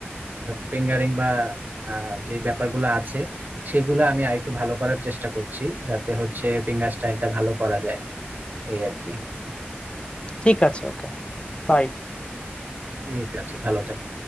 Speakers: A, on the right; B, on the left.
A: ফিঙ্গারিং বা আহ, যে ব্যাপারগুলো আছে সেগুলো আমি আরেকটু ভালো করার চেষ্টা করছি যাতে হচ্ছে ফিঙ্গার স্টাইলটা ভালো করা যায় এই আর কি
B: ঠিক আছে ওকে বাই
A: ঠিক আছে ভালো থেকো